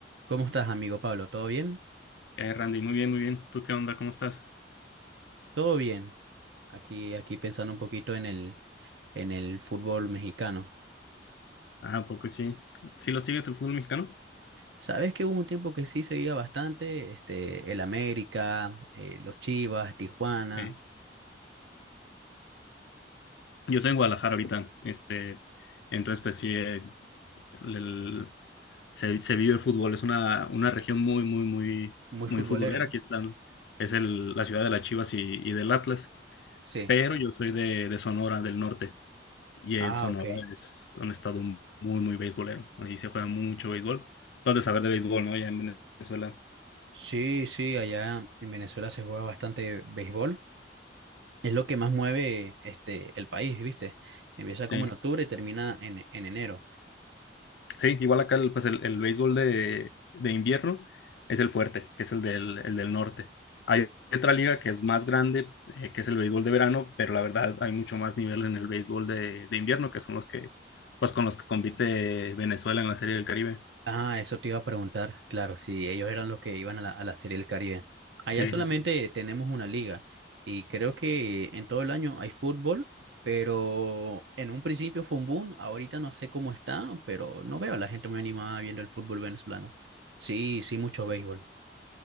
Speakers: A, on the right; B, on the left.
A: ¿Cómo estás, amigo Pablo? ¿Todo bien?
B: Eh, Randy, muy bien, muy bien. ¿Tú qué onda? ¿Cómo estás?
A: Todo bien. Aquí, aquí pensando un poquito en el, en el fútbol mexicano.
B: Ah, poco sí. ¿Sí lo sigues el fútbol mexicano?
A: Sabes que hubo un tiempo que sí seguía bastante, este, el América, eh, los Chivas, Tijuana,
B: Eh, yo soy en Guadalajara ahorita. Este, entonces, pues sí, eh, el- el- se, se vive fútbol. Es una, una región muy, muy, muy,
A: muy
B: muy
A: futbolera,
B: futbolera.
A: ¿no?
B: Aquí están, es el, la ciudad de las Chivas y, y del Atlas.
A: Sí.
B: Pero yo soy de, de Sonora, del norte. Y en
A: Ah,
B: Sonora
A: ok.
B: es un estado muy, muy beisbolero. Ahí se juega mucho béisbol. Tú has de saber de béisbol, ¿no? Ya en Venezuela.
A: Sí, sí, allá en Venezuela se juega bastante béisbol. Es lo que más mueve este, el país, ¿viste? Empieza
B: Sí.
A: como en octubre y termina en, en enero.
B: Sí, igual acá el, pues el, el béisbol de, de invierno es el fuerte, que es el del, el del norte. Hay otra liga que es más grande, eh, que es el béisbol de verano, pero la verdad hay mucho más nivel en el béisbol de, de invierno, que son los que, pues con los que compite Venezuela en la Serie del Caribe.
A: Ah, eso te iba a preguntar. Claro, si ellos eran los que iban a la, a la Serie del Caribe. Allá
B: Sí,
A: solamente
B: sí, sí.
A: tenemos una liga y creo que en todo el año hay fútbol, pero en un principio fue un boom. Ahorita no sé cómo está, pero no veo a la gente muy animada viendo el fútbol venezolano. Sí, sí, mucho béisbol.